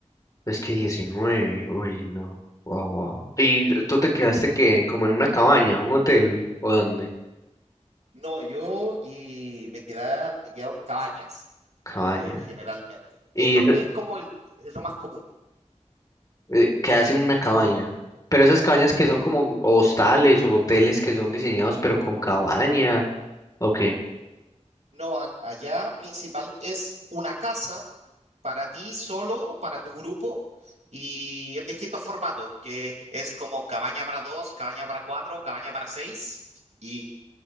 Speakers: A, on the left (about 30°); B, on the right (about 70°).
A: es que diecinueve uy, no. Wow, wow. ¿Y tú te quedaste que como en una cabaña, un hotel o dónde?
B: No, yo y me queda, me quedaron cabañas,
A: Cabaña.
B: eh, generalmente, que
A: Y
B: es lo,
A: esa-
B: es como el, es lo más común.
A: eh, quedaste en una cabaña. Pero esas cabañas que son como hostales o hoteles que son diseñados pero con cabaña, ¿o qué?
B: No, a- allá principal es una casa para ti solo, para tu grupo, y en distintos formatos, que es como cabaña para dos, cabaña para cuatro, cabaña para seis, y